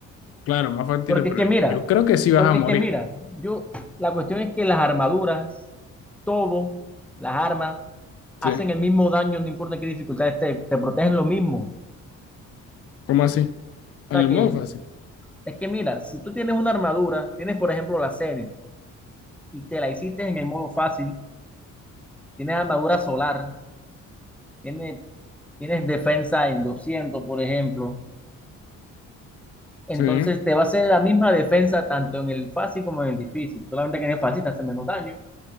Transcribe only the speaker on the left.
Claro, más factible,
pero
yo creo que sí vas
a morir.
Sí.
¿Cómo así?
En
el
modo fácil.
Sí. O